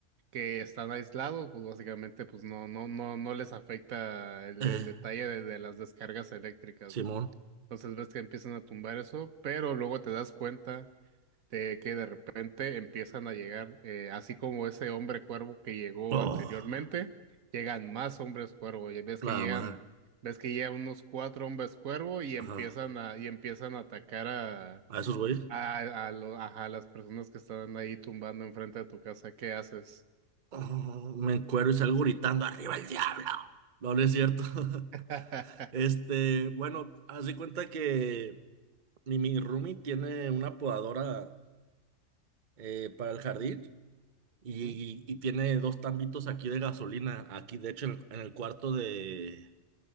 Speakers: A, on the right; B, on the right.
A: que están aislados, pues básicamente pues no, no, no, no les afecta el,
B: Eh,
A: el detalle de, de las descargas eléctricas,
B: Simón.
A: ¿no? Entonces ves que empiezan a tumbar eso, pero luego te das cuenta de que de repente empiezan a llegar, eh, así como ese hombre cuervo que llegó
B: Oh,
A: anteriormente, llegan más hombres cuervo, y ves
B: la
A: que llegan,
B: madre.
A: ves que llegan unos cuatro hombres cuervo y empiezan
B: Ajá.
A: a, y empiezan a atacar a,
B: A esos güeyes.
A: a, a lo- ajá, a las personas que están ahí tumbando enfrente de tu casa, ¿qué haces?
B: Oh, me encuero y salgo gritando, ¡arriba el diablo! No, no es cierto. <laughs>
A: <laughs>
B: Este, bueno, haz de cuenta que mi, mi roomie tiene una podadora eh, para el jardín y,
A: Ujú,
B: y tiene dos tambitos aquí de gasolina. Aquí, de hecho, en el, en el cuarto de...